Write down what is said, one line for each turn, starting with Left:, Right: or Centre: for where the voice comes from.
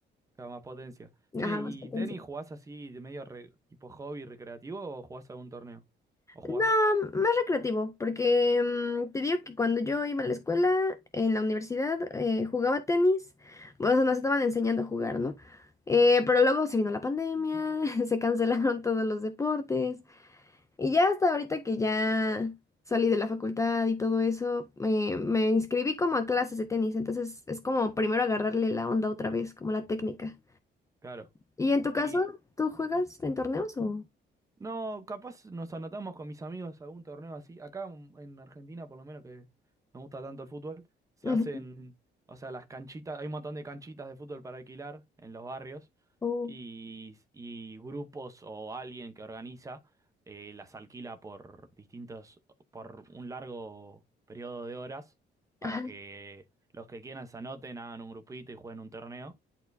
Right: claro, más potencia. Che,
Left: Ajá,
Right: ¿y
Left: más potencia.
Right: tenis jugás así de medio re- tipo hobby recreativo o jugás algún torneo? ¿O jugaste?
Left: No, más recreativo, porque mm, te digo que cuando yo iba a la escuela, en la universidad, eh, jugaba tenis, bueno, o sea, nos estaban enseñando a jugar, ¿no? Eh, pero luego se vino la pandemia, <laughs> se cancelaron todos los deportes, y ya hasta ahorita que ya salí de la facultad y todo eso, eh, me inscribí como a clases de tenis, entonces es como primero agarrarle la onda otra vez, como la técnica.
Right: Claro.
Left: ¿Y en tu caso,
Right: y
Left: tú juegas en torneos o...?
Right: No, capaz nos anotamos con mis amigos a algún torneo así. Acá mm, en Argentina, por lo menos que me gusta tanto el fútbol, se
Left: Ujú.
Right: hacen, o sea, las canchitas, hay un montón de canchitas de fútbol para alquilar en los barrios
Left: O-
Right: y, y grupos o alguien que organiza eh, las alquila por distintos, por un largo periodo de horas para
Left: Ajá.
Right: que los que quieran se anoten, hagan un grupito y jueguen un torneo.